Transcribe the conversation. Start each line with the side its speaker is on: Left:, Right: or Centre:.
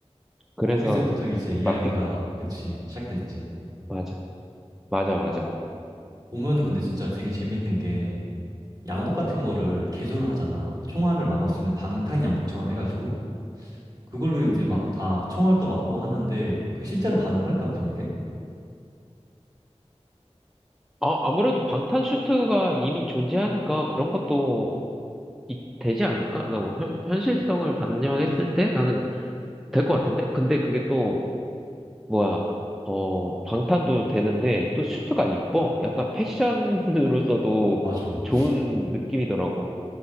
Centre: 그래서
Right: 거기서부터 이제 이야기가
Centre: 마피
Right: 그치 시작됐지
Centre: 맞아 맞아 맞아.
Right: 보면은 근데 진짜 되게 재밌는 게 양복 같은 거를 개조를 하잖아 총알을 막을 수 있는 방탄 양복처럼 해가지고 그걸로 이제 막 다 총알도 막고 하는데 그 실제로 가능할까 그런 게?
Centre: 아, 아무래도 방탄 슈트가 이미 존재하니까 그런 것도 이- 되지 않을까? 어, 현, 현실성을 반영했을 때 나는 될 것 같은데? 근데 그게 또, 뭐야, 어, 방탄도 되는데 또 슈트가 이뻐. 약간 패션으로서도
Right: 맞아
Centre: 좋은 느낌이더라고.